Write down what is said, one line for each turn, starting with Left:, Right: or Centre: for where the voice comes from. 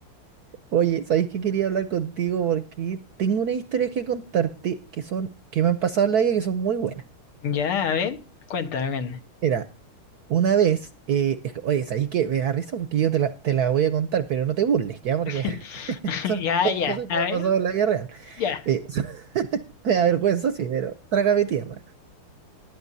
Right: Oye, ¿sabéis que quería hablar contigo? Porque tengo unas historias que contarte que son, que me han pasado en la vida que son muy buenas.
Left: Ya, a ver, cuéntame, ven.
Right: Mira, una vez, eh, es que- oye, ¿sabéis que Me da risa porque yo te la, te la voy a contar, pero no te burles, ¿ya? Porque
Left: <laughs>
Right: <laughs> son,
Left: Ya,
Right: son
Left: ya,
Right: cosas que
Left: a
Right: me han
Left: ver,
Right: pasado en la vida real.
Left: ya,
Right: Eh, <laughs> me da vergüenza, sí, pero trágame tierra.